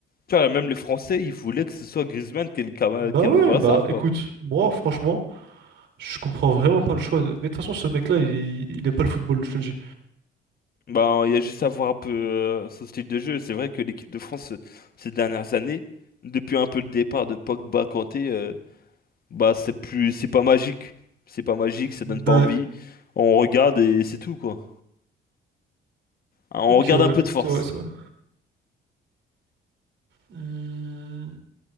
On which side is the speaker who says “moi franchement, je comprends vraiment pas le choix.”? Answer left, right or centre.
Right